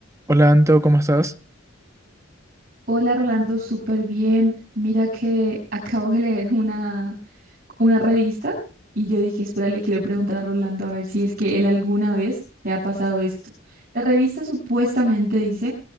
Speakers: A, on the right; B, on the right.
A: Hola Anto, ¿cómo estás?
B: Hola Rolando, súper bien. Mira que <laughs> acabo de leer una, una revista y yo dije, espera, le quiero preguntar a Rolando a ver si es que él alguna vez le ha pasado esto. La revista supuestamente dice